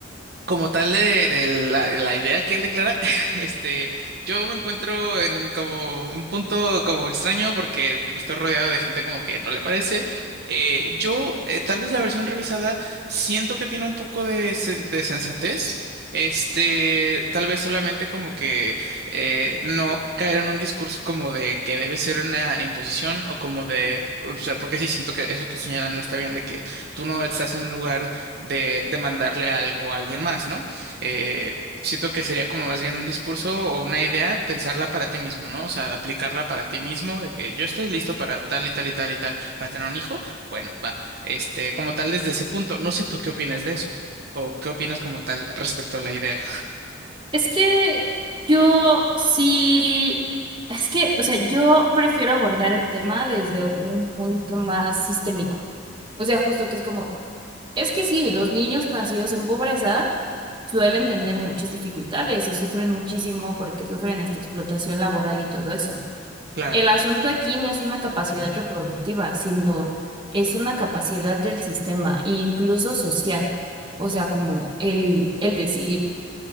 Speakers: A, on the right; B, on the right.
A: como tal de, de la, la idea que él declara, <laughs> este, yo me encuentro en como un punto como extraño porque estoy rodeado de gente como que no le parece. Eh, yo, eh, tal vez la versión revisada, siento que tiene un poco de, sen- de sensatez. Este, tal vez solamente como que eh, no caer en un discurso como de que debe ser una imposición o como de, o sea, porque sí siento que eso que señalan no está bien, de que tú no estás en un lugar de, de mandarle algo a alguien más, ¿no? Eh, siento que sería como más bien un discurso o una idea, pensarla para ti mismo, ¿no? O sea, aplicarla para ti mismo, de que yo estoy listo para tal y tal y tal y tal, para tener un hijo, bueno, va, este, como tal desde ese punto, no sé tú qué opinas de eso, o qué opinas como tal respecto a la idea.
B: Es que yo sí, es que, o sea, yo prefiero abordar el tema desde un punto más sistémico. O sea, justo que es como, es que sí, los niños nacidos en pobreza suelen tener muchas dificultades y sufren muchísimo porque sufren hasta explotación laboral y todo eso.
A: Claro,
B: El asunto aquí no es una capacidad reproductiva, sino es una capacidad del sistema, incluso social. O sea, como el, el decir